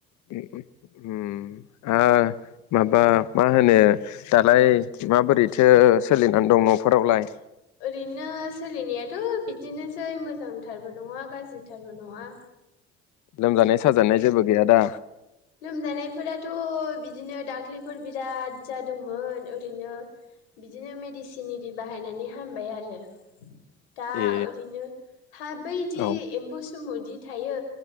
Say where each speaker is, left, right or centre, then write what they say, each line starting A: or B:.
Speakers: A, on the left (about 65°); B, on the left (about 85°).
A: उम उम उम आ माबा मा होनो दालाय माबोरैथो सोलिनानै दं न'फोरावलाय
B: ओरैनो सोलिनायाथ' बिदिनोसै मोजांथारबो नङा गाज्रिथारबो नङा
A: लोमजानाय साजानाय जेबो गैया दा
B: लोमजानायफोराथ' बिदिनो दाख्लिफोर बिराद जादोंमोन ओरैनो बिदिनो मेडिसिन इरि बाहायनानै हामबाय आरो दा
A: ए
B: ओरैनो हा बैदि
A: औ
B: एम्फौ सुमुदि थायो